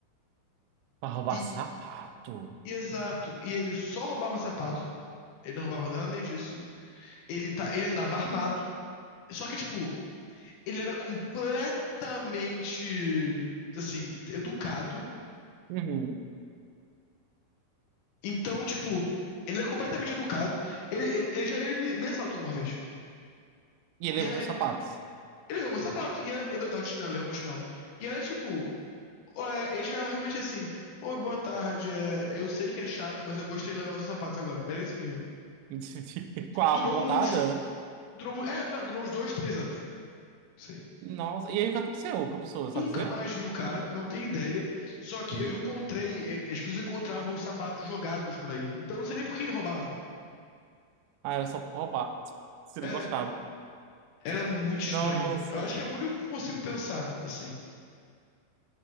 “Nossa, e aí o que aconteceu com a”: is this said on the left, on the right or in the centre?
Right